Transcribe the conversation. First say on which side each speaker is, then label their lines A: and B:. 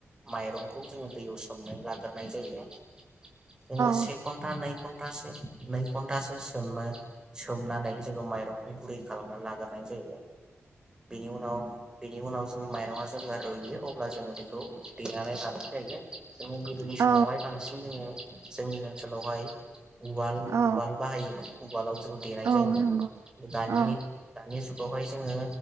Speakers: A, on the right; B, on the right.
A: माइरंखौ जोङो दैयाव सोमनाय ला नाय जायो जोङो
B: औ
A: से घन्टा नै घन नै घन्टासो सोमो सोमनानै जोङो माइरं खालामनानै लाग्रोनाय जायो बिनि उनाव बिनि उनाव जोङो माइरआ जेब्ला रुइयो अब्ला जोङो बेखौ देनानै लानाय जायो जोङो गोदोनि
B: औ
A: समावहाय बांसिन जोङो जोंनि ओनसोलावहाय उवाल
B: औ
A: उवाल बाहायोमोन उवालाव जों देनाय
B: औ
A: जायोमोन
B: नंगौ
A: दानि
B: औ
A: दानि जुगावहाय जोङो